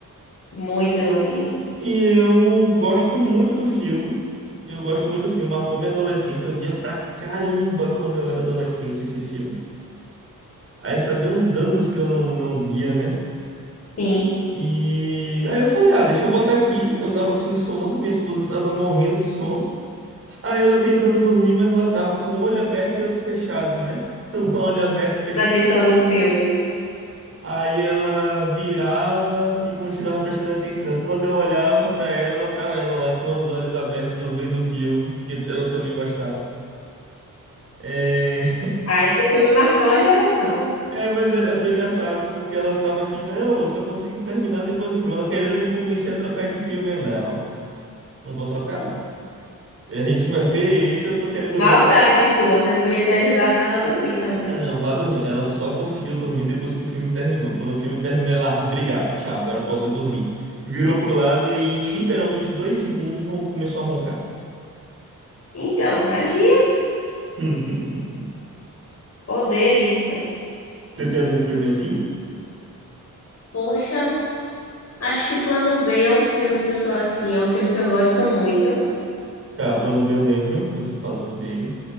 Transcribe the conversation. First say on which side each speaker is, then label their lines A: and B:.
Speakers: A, on the left; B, on the right.
A: muito novinhos.
B: E eu gosto muito do filme. Eu gosto muito do filme. Marcou minha adolescência. Eu via pra caramba quando eu era adolescente esse filme. Aí fazia uns anos que eu não, não via, né?
A: Sim,
B: E aí eu falei, ah, deixa eu botar aqui. Eu tava sem sono, minha esposa tava morrendo de sono. Aí ela tentando dormir, mas ela tava com o olho aberto e outro fechado, né? <laughs> Um olho aberto,
A: presta atenção no filme.
B: Aí ela virava e continuava prestando atenção. Quando eu olhava pra ela, ela tava ela lá com os olhos abertos ouvindo o filme, que ela também gostava. É,
A: Ah, esse filme marcou uma geração.
B: é mas era, foi engraçado porque ela estava aqui, não, eu só consigo terminar depois do filme. Ela querendo me convencer a trocar de filme, eu não, não vou trocar não. A gente vai ver esse, eu tô querendo
A: Maldade
B: ver.
A: sua, você podia ter ajudado ela a dormir também.
B: Ah, não, vá dormir. Ela só conseguiu dormir depois que o filme terminou. Quando o filme terminou, ela, "Ah, obrigado, tchau, agora posso ir dormir. Virou pro lado e em literalmente dois segundos ron- começou a roncar.
A: Então, magia,
B: <laughs>
A: poder, isso.
B: Você tem algum filme assim?
A: Poxa, acho que Plano B é um filme que eu sou assim, é um filme que eu gosto muito.
B: Tá, Plano B eu lembro, você falando dele.